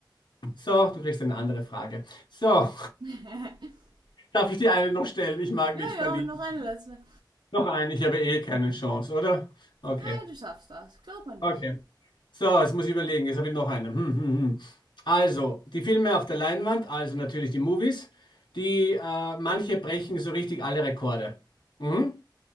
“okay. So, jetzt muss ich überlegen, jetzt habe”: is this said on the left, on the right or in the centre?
Left